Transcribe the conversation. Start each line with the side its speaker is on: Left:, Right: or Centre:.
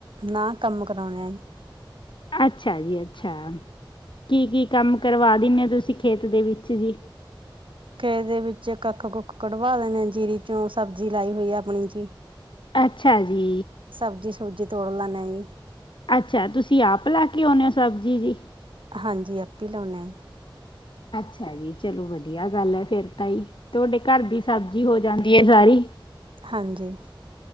Right: ਨਾ ਕੰਮ ਕਰਾਉਣੇ ਆਂ ਜੀ।
Left: ਅੱਛਾ ਜੀ- ਅੱਛਾ ਕੀ-ਕੀ ਕੰਮ ਕਰਵਾ ਦਿੰਦੇ ਓ ਤੁਸੀਂ ਖੇਤ ਦੇ ਵਿੱਚ ਜੀ।
Right: ਖੇਤ ਦੇ ਵਿੱਚ ਕੱਖ-ਕੁੱਖ ਕਢਵਾ ਲੇਣੇ ਜੀਰੀ ਚੋਂ ਸਬਜ਼ੀ ਲਾਈ ਹੋਈ ਹੈ ਆਪਣੀ ਜੀ।
Left: ਅੱਛਾ ਜੀ।
Right: ਸਬਜ਼ੀ ਸੁਬਜੀ ਤੋੜਲ ਨਹੀ।
Left: ਅੱਛਾ, ਤੁਸੀਂ ਆਪ ਲੈ ਕੇ ਆਉਂਦੇ ਹੋ ਸਬਜ਼ੀ ਜੀ।
Right: ਹਾਂਜੀ ਆਪੇ ਲਾਉਨੇ।
Left: ਅੱਛਾ ਜੀ। ਚਲੋ ਵਧੀਆ ਗੱਲ ਹੈ ਫੇਰ ਤਾਂ ਹੀ। ਤੁਹਾਡੇ ਘਰ ਦੀ ਸਬਜ਼ੀ ਹੋ ਜਾਂਦੀ ਹੈ ਸਾਰੀ।
Right: ਹਾਂਜੀ।